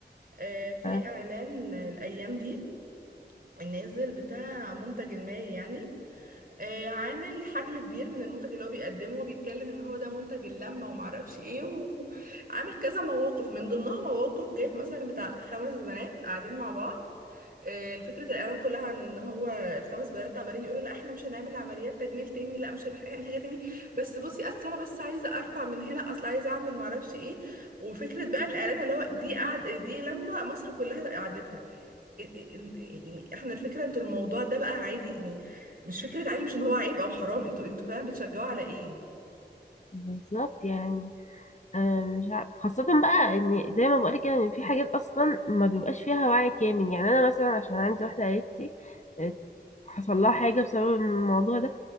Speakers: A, on the right (about 55°); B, on the left (about 40°).
A: آه، في
B: آه،
A: اعلان الايام دي نازل بتاع منتج ما يعني آه، عامل حجم كبير من المنتج اللي هو بيقدمه وبيتكلم ان هو ده منتج اللمة ومعرفش ايه وعامل كذا مواقف من ضمنها مواقف جايب مثلا بتاع خمس بنات قاعدين مع بعض آه، الفكرة الإعلان كلها عن إن هو الخمس بنات عمالين يقولوا لا إحنا مش هنعمل عمليات تجميل تاني لا مش هنح- هنحاجة تاني بس بصي أصل أنا بس عايزة أرفع من هنا أصل عايزة أعمل معرفش إيه وفكرة بقى الإعلان اللي هو دي قعد دي لما مصر كلها قعدتها يعني احنا الفكره انتوا الموضوع ده بقى عادي يعني مش فكره عادي مش ان هو عيب او حرام انتوا انتوا فعلا بتشجعوا على ايه
B: بالظبط يعني آه، مش عارف خاصة بقى ان زي ما بقولك كده ان في حاجات اصلا ما بيبقاش فيها وعي كامل يعني انا مثلا عشان عندي واحدة قريبتي آه، حصل لها حاجة بسبب الموضوع ده